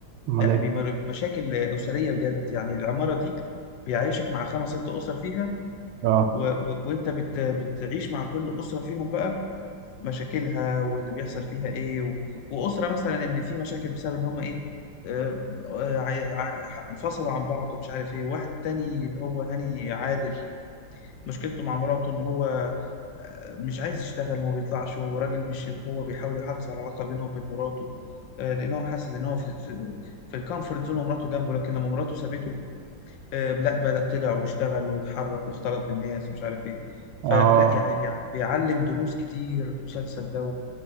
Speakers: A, on the right; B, on the left.
A: امال
B: لا
A: ايه
B: بيمر- مشاكل أسرية بجد يعني العمارة دي بيعيشك مع خمس ست أسر فيها
A: اه
B: و... و... وانت بت... بتعيش مع كل اسره فيهم بقى مشاكلها واللي بيحصل فيها ايه و... واسره مثلا ان في مشاكل بسبب ان هم ايه آه، آه، ع- ع- انفصلوا عن بعض ومش عارف ايه واحد تاني اللي هو هاني عادل مشكلته مع مراته ان هو آه، مش عايز يشتغل وما بيطلعش وراجل مش اللي هو بيحاول يحافظ على العلاقه بينه وبين مراته آه، لان هو حاسس ان هو في في, في الكومفورت زون ومراته جنبه لكن لما مراته سابته آه، لا بدأ طلع واشتغل واتحرك واختلط بالناس ومش عارف ايه
A: اه
B: فلا يعني بيع- بيعلم دروس كتير المسلسل ده